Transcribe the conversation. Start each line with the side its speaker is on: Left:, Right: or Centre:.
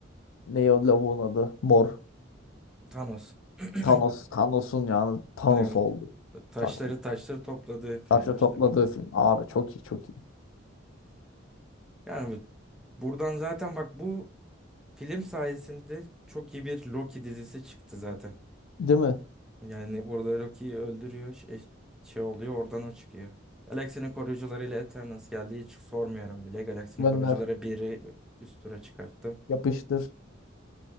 Left: ne o lavuğun adı? Mor.
Centre: Thanos. <clears throat>
Left: Thanos. Thanos'un yani Thanos
Centre: I
Left: oldu.
Centre: Taşları
Left: Çok iyi.
Centre: taşları topladığı film
Left: Taşla
Centre: işte
Left: topladığı
Centre: bu.
Left: film. Abi çok iyi çok iyi.
Centre: Yani bu- buradan zaten bak bu film sayesinde çok iyi bir Loki dizisi çıktı zaten.
Left: Değil mi?
Centre: Yani burada Loki'yi öldürüyor. Şey, şey oluyor oradan o çıkıyor. Galaksinin koruyucularıyla Eternals geldi. Hiç sormuyorum bile. Galaksinin
Left: Gönder.
Centre: koruyucuları biri üst tura çıkarttım.
Left: Yapıştır.